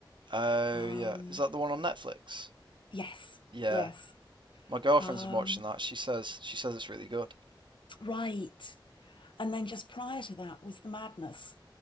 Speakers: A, on the right; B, on the left.
A: Oh
B: Um,
A: yeah, is that the one on Netflix?
B: yes,
A: Yeah,
B: yes.
A: my girlfriend's
B: Um,
A: been watching that. She says she says it's really good.
B: right. And then just prior to that was The Madness.